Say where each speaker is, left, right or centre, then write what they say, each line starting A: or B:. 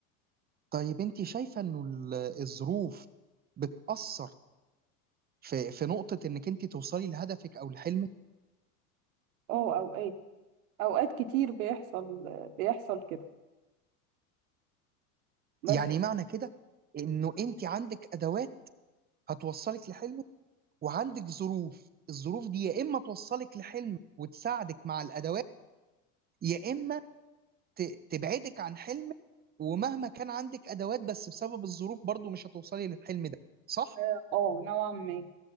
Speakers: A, on the right; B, on the right.
A: طيب انت شايفه انه ال- الظروف بتاثر في في نقطه انك انت توصلي لهدفك او لحلمك
B: اه اوقات اوقات كتير بيحصل بيحصل كده بس
A: يعني معنى كده انه انت عندك ادوات هتوصلك لحلمك وعندك ظروف الظروف دي يا اما توصلك لحلم وتساعدك مع الادوات يا اما ت- تبعدك عن حلم ومهما كان عندك ادوات بس بسبب الظروف برضو مش هتوصلي للحلم ده صح
B: اه آه، نوعا ما